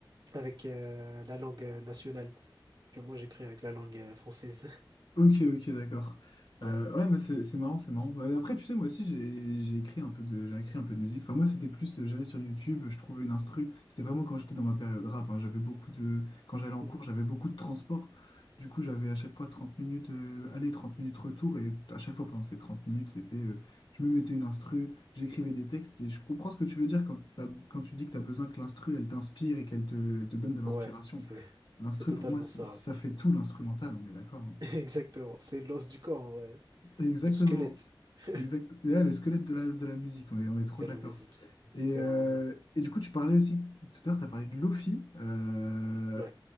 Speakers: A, on the right (about 55°); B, on the left (about 65°).
A: avec euh, la langue euh, nationale, sauf que moi j'écris avec la langue euh, française.
B: Ok, ok, d'accord.
A: <laughs>
B: Euh, ouais, mais c'est c'est marrant, c'est marrant. Bah, après, tu sais, moi aussi, j'ai j'ai écrit un peu de, j'ai écrit un peu de musique. Enfin, moi, c'était plus, euh, j'allais sur YouTube, je trouvais une instru. C'était vraiment quand j'étais dans ma période rap. hein. J'avais beaucoup de, quand j'allais en
A: Ouais.
B: cours, j'avais beaucoup de transport. Du coup, j'avais à chaque fois 30 minutes euh, aller, 30 minutes retour. Et à chaque fois, pendant ces 30 minutes, c'était, euh, je me mettais une instru, j'écrivais des textes. Et je comprends ce que tu veux dire quand, t'as- quand tu dis que tu as besoin que l'instru, elle t'inspire et qu'elle te, elle te donne de l'inspiration.
A: Ouais, c'est
B: L'instru,
A: c'est totalement
B: pour moi, c-
A: ça.
B: ça
A: hein.
B: fait tout l'instrumental, on est d'accord. hein.
A: <laughs> Exactement. C'est l'os du corps, en vrai.
B: Exactement.
A: Le squelette <laughs>
B: Exact. Et là, le squelette de la, de la musique, on est, on est trop
A: de
B: d'accord.
A: la musique.
B: Et,
A: C'est
B: euh,
A: vraiment ça.
B: et du coup, tu parlais aussi, tout à l'heure, tu as parlé de Lofi. Euh,
A: Ouais.